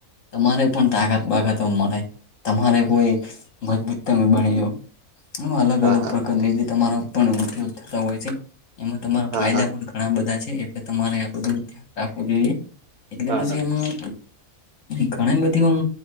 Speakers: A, on the left; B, on the right.
A: તમારે પણ તાકાત બાખતો મળે તમારે કોઈ મજબૂત બણીો એમાં અલગ
B: હા
A: અલગ
B: હા
A: પ્રકાર રતે તમારો પણ ઉપયોગ થતા હોય છે એમાં તમારા
B: હા
A: ફાયદા પણ ઘણા બધા છે એટલે તમારે આ બધું ધ્યાન રાખવું જોઈએ એટલે
B: હા
A: પછી
B: હા
A: એમાં ઘણી બધીમ